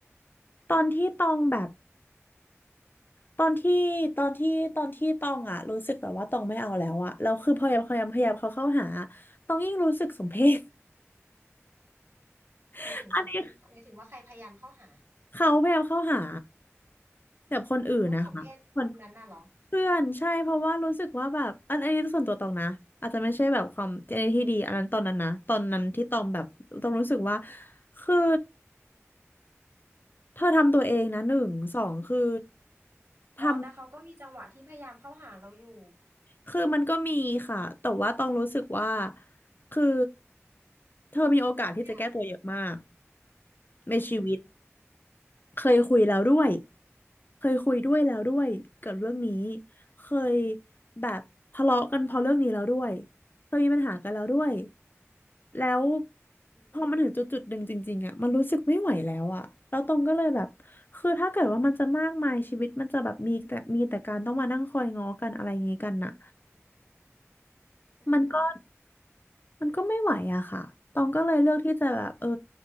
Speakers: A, on the left; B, on the right.
A: ตอนที่ตองแบบตอนที่ตอนที่ตอนที่ตองอะรู้สึกแบบว่าตองไม่เอาแล้วอะแล้วคือพยายามพยายามพยายามเขาเข้าหาตองยิ่งรู้สึกสมเพช <laughs>
B: หมายถึงสมเพศหมายถึงว่าใครพยายามเข้าหา
A: อันนี้ เขาพยายามเข้าหาแต่คนอื่นนะคะคน
B: แล้วสมเพศคนนั้นน่ะเหรอ
A: เพื่อนใช่เพราะว่ารู้สึกว่าแบบอันอันนี้ส่วนตัวตองนะอาจจะไม่ใช่แบบความอันนี้ที่ดีอันนั้นตอนนั้นนะตอนนั้นที่ตองแบบตองรู้สึกว่าคือเธอทำตัวเองนะหนึ่งสองคือทำ
B: อ๋อแต่เขาก็มีจังหวะที่พยายามเข้าหาเราอยู่
A: คือมันก็มีค่ะแต่ว่าตองรู้สึกว่าคือเธอมีโอกาสที่จะแก้ตัวเยอะมาก
B: อย่าเลย
A: ในชีวิต
B: อืม
A: เคยคุยแล้วด้วย เคยคุยด้วยแล้วด้วยเกกับเรื่องนี้เคยแบบทะเลาะกันเพราะเรื่องนี้แล้วด้วยเคยมีปัญหากันแล้วด้วยแล้ว
B: อืม
A: พอมันถึงจุดจุดหนึ่งจริงๆอะมันรู้สึกไม่ไหวแล้วอะแล้วตรงก็เลยแบบคือถ้าเกิดว่ามันจะมากมายชีวิตมันจะแบบมีแต่มีแต่การต้องมานั่งคอยง้อกันอะไรอย่างงี้กันน่ะ
B: อืม
A: มันก็ มันก็ไม่ไหวอะค่ะตองก็เลยเลือกที่จะแบบเออ